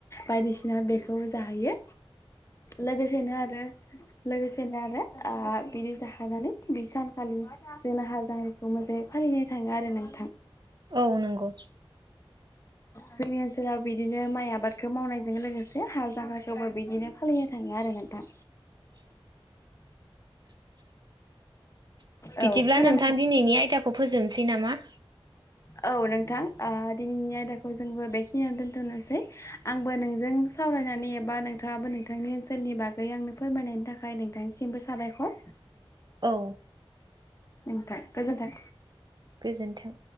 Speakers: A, on the left; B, on the right.
A: बायदिसिना बेखौ जाहैयो यो लोगोसेनो आरो लोगोसेनो आरो आ बिदि जाहोनानै बि सानखालि जोंना हालजांख्राखौ मोजां फालिनो थाङो आरो नों
B: औ नंगौ
A: जोंनि ओनसोलाव बिदिनो माइ आबादखौ मावनायजों लोगोसे हाल जांख्राखौबो बिदिनो फालिनो था थाङो आरो नोंथां
B: <inaudible> बिदिब्ला
A: औ खोनादों
B: नोंथां दिनैनि आयदाखौ फोजोबनोसै नामा।
A: औ नोंथां ओ दिनैनि आयदाखौ जोंबो बेखिनियावनो दोनथ'नोसै आंबो नोंजों साव रायनानै एबा नोंथाङाबो नोंथांनि ओनसोलनि बागै आंनो फोरमायनायनि थाखाय नोंथांनिसिमबो साबायखर।
B: औ
A: नोंथां गोजोन्थों।
B: गोजोन्थों।